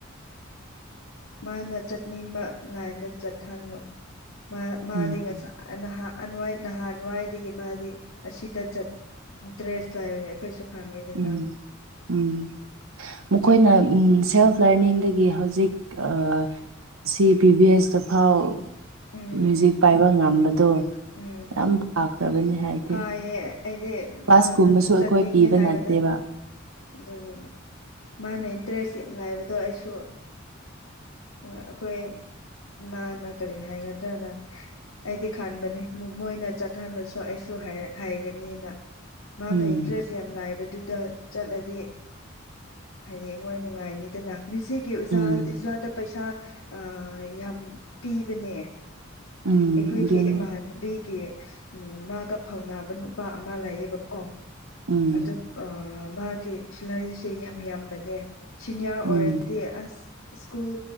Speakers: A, on the left; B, on the right.
A: ꯃꯥꯅ ꯆꯠꯅꯤꯡꯕ ꯂꯥꯏꯟꯗ ꯆꯠꯍꯜꯂꯣ ꯃꯥ ꯃꯥꯗꯤ
B: ꯎꯝ
A: ꯉꯁꯥꯢꯅ ꯍꯥ ꯑꯅꯨꯋꯥꯏ ꯅꯍꯥꯟꯋꯥꯏꯗꯒꯤ ꯃꯥꯗꯤ ꯑꯁꯤꯗ ꯆꯠ ꯗ꯭ꯔꯦꯁ ꯂꯩꯕꯅꯦ ꯑꯩꯈꯣꯏꯁꯨ ꯈꯪꯉꯤꯗꯅ
B: ꯎꯝ ꯎꯝ ꯃꯈꯣꯏꯅ ꯎꯝ ꯁꯦꯜꯐ ꯂꯔꯅꯤꯡꯗꯒꯤ ꯍꯧꯖꯤꯛ ꯑꯥ ꯁꯤ ꯕꯤ ꯕꯤ ꯑꯦꯁ ꯇ ꯐꯥꯎ
A: ꯎꯝ
B: ꯃ꯭ꯌꯨꯖꯤꯛ ꯄꯥꯏꯕ ꯉꯝꯕꯗꯣ
A: ꯎꯝ
B: ꯌꯥꯝ ꯐꯥꯈ꯭ꯔꯕꯅꯤ ꯍꯥꯏꯕꯗꯤ
A: ꯐꯩꯌꯦ ꯑꯩꯗꯤ
B: ꯀ꯭ꯂꯥꯁꯀꯨꯝꯕꯁꯨ
A: ꯃꯥꯅ
B: ꯑꯩꯈꯣꯏ
A: ꯆꯠꯅꯤꯡꯉꯦ
B: ꯄꯤꯕ
A: ꯍꯥꯏꯕꯗꯣ
B: ꯅꯠꯇꯦꯕ
A: ꯑꯗꯨꯒꯤꯅꯤ ꯃꯥꯅ ꯏꯟꯇꯔꯦꯁ ꯌꯥꯝ ꯂꯩꯕꯗꯣ ꯑꯩꯁꯨ ꯑꯥ ꯑꯈꯣꯏ ꯃꯥꯅ ꯀꯔꯤ ꯍꯥꯏꯒꯗ꯭ꯔꯥꯅ ꯑꯩꯗꯤ ꯈꯟꯕꯅꯤ ꯃꯣ ꯃꯣꯏꯅ ꯆꯠꯍꯟꯂꯁꯨ ꯑꯩꯁ ꯍꯥꯢ ꯍꯥꯏꯔꯛ ꯍꯥꯏꯒꯅꯤꯅ ꯃꯥꯅ
B: ꯎꯝ
A: ꯏꯟꯇꯔꯦꯁ ꯌꯥꯝ ꯂꯩꯕ ꯗꯨꯗ ꯆꯠꯂꯗꯤ ꯍꯌꯦꯡꯋꯥꯏ ꯅꯨꯡꯉꯥꯏꯅꯤꯗꯅ ꯃ꯭ꯌꯨꯖꯤꯛꯀꯤ ꯑꯣꯖꯥ
B: ꯎꯝ
A: ꯑꯣꯖꯥꯗ ꯄꯩꯁꯥ ꯑꯥ ꯌꯥꯝ ꯄꯤꯕꯅꯦ
B: ꯎꯝ
A: ꯑꯩꯈꯣꯏꯒꯤ
B: ꯑꯗꯨꯅ
A: ꯏꯃꯥꯟꯅꯕꯤ ꯀꯤ ꯎꯝ ꯃꯥꯒ ꯐꯧꯅꯥꯕ ꯅꯨꯄꯥ ꯑꯃ ꯂꯩꯌꯦꯕꯀꯣ
B: ꯎꯝ
A: ꯑꯗꯣ ꯑꯥ ꯃꯥꯒꯤ ꯁꯦꯂꯥꯔꯤꯁꯦ ꯌꯥꯝ ꯌꯥꯝꯕꯅꯦ ꯁꯤꯅꯤꯌꯥꯔ ꯑꯣꯏꯔꯗꯤ
B: ꯎꯝ
A: ꯑꯁ ꯁ꯭ꯀꯨꯜ